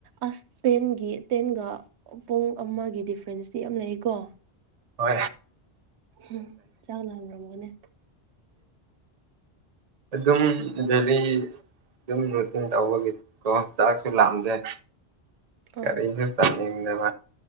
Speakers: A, on the right; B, on the right.
A: ꯑꯥꯁ ꯇꯦꯟꯒꯤ ꯇꯦꯟꯒ ꯄꯨꯡ ꯑꯃꯒꯤ ꯗꯤꯐ꯭ꯔꯦꯟꯁꯇꯤ ꯌꯥꯝ ꯂꯩ ꯄꯀꯣ
B: ꯍ
A: ꯎꯝ ꯆꯥꯡ ꯂꯥꯡꯔꯝꯒꯅꯦ
B: ꯑꯗꯨꯝ ꯗꯦꯜꯂꯤ ꯑꯗꯨꯝ ꯔꯨꯇꯤꯟ ꯇꯧꯕꯒꯤ ꯀ ꯆꯥꯛꯁꯨ ꯂꯥꯝꯖꯩ ꯀꯔꯤꯁꯨ
A: ꯑꯥ
B: ꯊꯦꯡꯗꯅꯕ